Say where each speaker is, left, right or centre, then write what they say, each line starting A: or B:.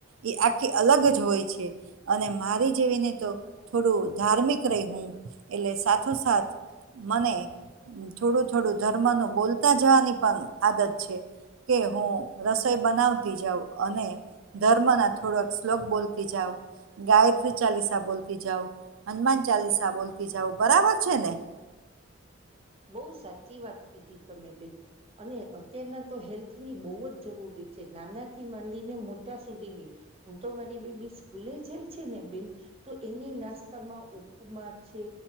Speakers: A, on the right; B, on the right.
A: એ આખી અલગ જ હોય છે અને મારી જેવીને તો થોડું ધાર્મિક રહી હું એટલે સાથોસાથ મને હમ્મ થોડું થોડું ધર્મા નો બોલતા જવાની પણ આદત છે. કે હું રસોઈ બનાવતી જાઉં અને ધર્મ ના થોડોક શ્લોક બોલતી જાવ ગાયત્રી ચાલીસા બોલતી જાઓ, હનુમાન ચાલીસા બોલતી જાવ બરાબર છે ને? <inaudible>
B: બહુ સાચી વાત કીધી તમે બેન. અને અત્યારના તો હેલ્થની બહુ જ જરૂરી છે, નાનાથી માંડીને મોટા સુધીની. હું તો મારી બેબી સ્કૂલે જાય છે ને બેન તો એની નાસ્તામાં ઉપમા છે